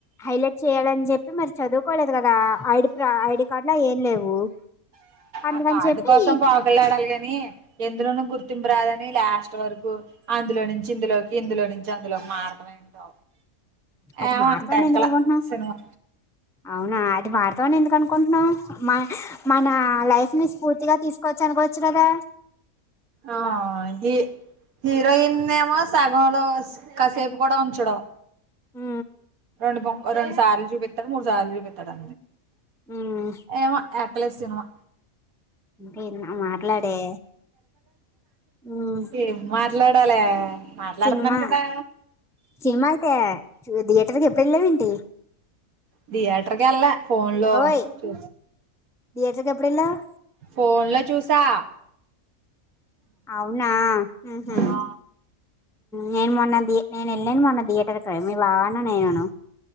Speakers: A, in the centre; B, on the right (about 75°).
A: హైలైట్ చేయాలని చెప్పి మరి చదువుకోలేదు కదా ఐడి ప్ర ఐడి కార్డు లో ఏం లేవు అందుకని
B: ఆ కార్డు
A: చెప్పి
B: కోసం
A: ఈ
B: పాకులాడాలి గాని ఎందులోనూ గుర్తింపు రాదని లాస్ట్ వరకు అందులో నుంచి ఇందులోకి ఇందులో నుం జందులోకి మారతం ఏంటో
A: అది
B: ఏమో
A: మార్తాం
B: అంత
A: అని
B: ఎక్కల
A: ఎందుకు అనుకుంటున్నావ్
B: సినిమా
A: అవునా అది మారుతామని ఎందుకు అనుకుంటున్నావు మ మన లైఫ్ ని స్ఫూర్తిగా తీసుకోవచ్చు అనుకోవచ్చు కదా
B: ఆ ఇది హీరోయిన్ ఏమో సగంలో కాసేపు కూడా ఉంచడు
A: హ
B: రెండు బొ రెండు సార్లు చూపిత్తడు మూడుసార్లు చూపెత్తడు
A: ఉమ్
B: ఏమో క్కల సినిమా
A: ఇంకేందో మాట్లాడే ఉమ్
B: ఏం మాట్లాడాలా మాట్లాడుతున్నాను
A: సినిమా
B: కదా
A: సినిమా అయితే థియేటర్కి ఎప్పుడు వెళ్ళావేంటి
B: దియేటర్కి ఎల్ల ఫోన్లో
A: ఓయ్
B: చూ
A: థియేటర్కి ఎప్పుడళ్లావ్
B: ఫోన్లో చూసా
A: అవునా ఉహు
B: ఆ
A: నేను మొన్న నేను వెళ్ళాను మొన్న థియేటర్కి మీ బావన్న నేనను